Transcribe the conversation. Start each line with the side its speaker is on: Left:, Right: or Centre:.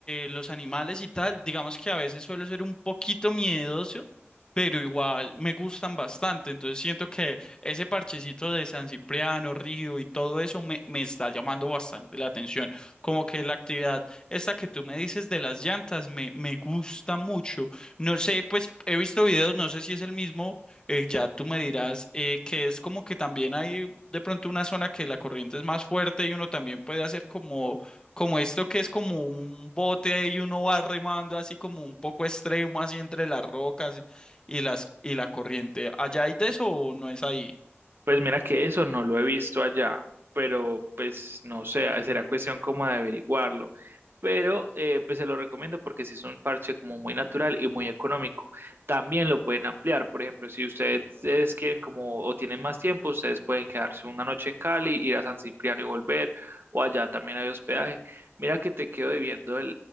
Left: los animales y tal, digamos que a veces suelo ser un poquito miedoso, pero igual me gustan bastante. Entonces siento que ese parchecito de San Cipriano, Río y todo eso me, me está llamando bastante la atención. Como que la actividad esta que tú me dices de las llantas me, me gusta mucho. No sé, pues he visto videos, no sé si es el mismo, eh, ya tú me dirás, eh, que es como que también hay de pronto una zona que la corriente es más fuerte y uno también puede hacer como, como esto que es como un bote y uno va remando así como un poco extremo, así entre las rocas y y las y la corriente. ¿Allá hay de eso o no es ahí?
Right: pues mira que eso no lo he visto allá, pero pues no sé, será cuestión como de averiguarlo. Pero eh, pues se lo recomiendo porque si es un parche como muy natural y muy económico. También lo pueden ampliar. Por ejemplo, si ustedes quieren como o tienen más tiempo, ustedes pueden quedarse una noche en Cali, ir a San Cipriano y volver, o allá también hay hospedaje. Mira que te quedo debiendo el,